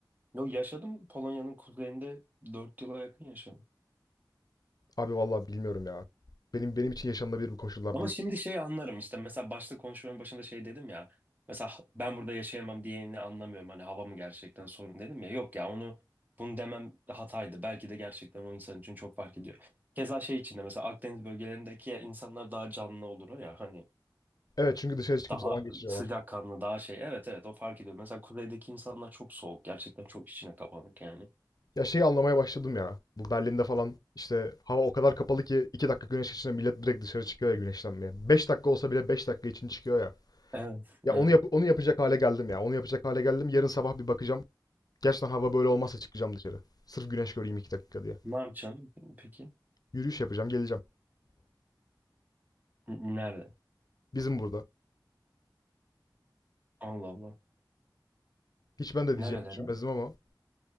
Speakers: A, on the right; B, on the left.
A: Yo yaşadım Polonya'nın kuzeyinde 4 yıla yakın yaşadım.
B: Abi vallahi bilmiyorum ya. Benim benim için yaşanılabilir bu koşullar
A: Ama
B: değil.
A: şimdi şey anlarım işte mesela başta konuşmanın başında şey dedim ya. Mesela ben burada yaşayamam diyeni anlamıyorum. Hani hava mı gerçekten sorun dedim ya. Yok ya onu bunu demem hataydı. Belki de gerçekten o insan için çok fark ediyor. Keza şey içinde mesela Akdeniz bölgelerindeki insanlar daha canlı olur ya hani
B: Evet çünkü dışarı çıkıp
A: Daha
B: zaman geçiriyorlar.
A: sıcakkanlı, daha şey. Evet evet o fark ediyor. Mesela kuzeydeki insanlar çok soğuk. Gerçekten çok içine kapanık yani.
B: Ya şeyi anlamaya başladım ya. Bu Berlin'de falan işte hava o kadar kapalı ki 2 dakika güneş açınca millet direkt dışarı çıkıyor ya güneşlenmeye. 5 dakika olsa bile 5 dakika için çıkıyor ya.
A: Evet
B: Ya
A: evet.
B: onu yap onu yapacak hale geldim ya. Onu yapacak hale geldim. Yarın sabah bir bakacağım. Gerçekten hava böyle olmazsa çıkacağım dışarı. Sırf güneş göreyim 2 dakika diye.
A: Ne yapacaksın peki?
B: Yürüyüş yapacağım, geleceğim.
A: N- Nerede?
B: Bizim burada.
A: Allah Allah.
B: Hiç ben de
A: Nerelere?
B: diyeceğimi düşünmezdim ama